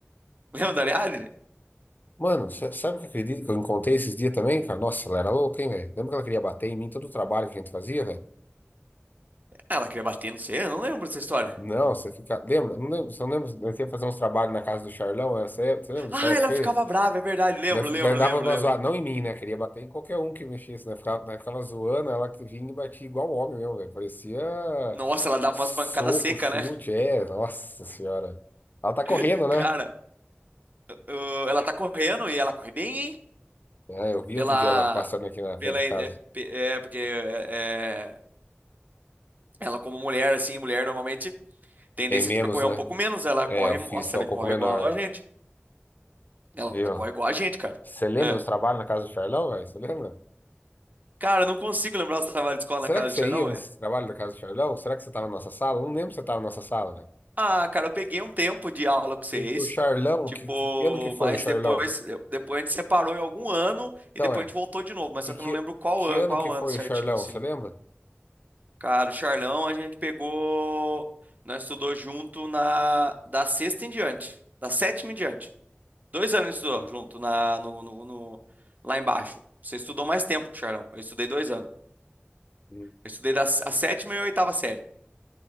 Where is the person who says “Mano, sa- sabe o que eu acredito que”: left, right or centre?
Left